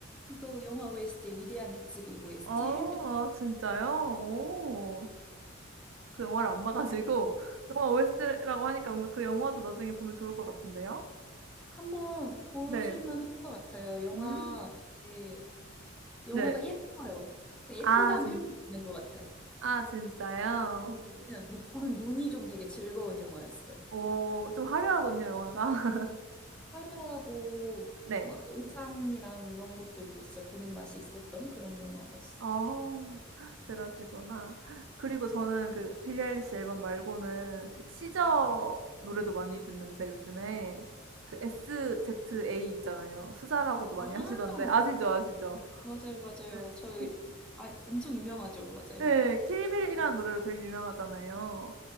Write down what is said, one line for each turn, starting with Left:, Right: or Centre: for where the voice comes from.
Centre: 그 영화 OST 위대한 개츠비 OST
Right: 아 아, 진짜요? 오.
Centre: <laughs>
Right: 그 영화를 안 봐 가지고 <laughs> 영화 OST라고 하니까 뭔가 그 영화도 나중에 보면 좋을 것 같은데요.
Centre: 한번 보실만
Right: 네.
Centre: 한 것 같아요. 영화
Right: 음.
Centre: 되게 영화가
Right: 네.
Centre: 예뻐요. 예쁘다는
Right: 아 진
Centre: 표현이 있는 것 같아요.
Right: 아 진짜요?
Centre: 네, 그냥 눈- 보는 눈이 좀 되게 즐거운 영화였어요.
Right: 오 좀 화려하군요 영화가. <laughs>
Centre: 화려하고
Right: 네.
Centre: 막 의상이랑 이런 것들도 진짜 보는 맛이 있었던 그런 영화였어.
Right: 어. <laughs> 그러시구나. 그리고 저는 그 빌리 아일리시 앨범 말고는 그 시저 노래도 많이 듣는데 요즘에 그 SZA 있잖아요. 수자라고도 많이
Centre: 아,
Right: 하시던데 아시죠? 아시죠?
Centre: 맞아요, 맞아요.
Right: 네.
Centre: 저희
Right: 고
Centre: 아, 엄청 유명하죠, 맞아요.
Right: 네, 킬빌이라는 노래로 되게 유명하잖아요.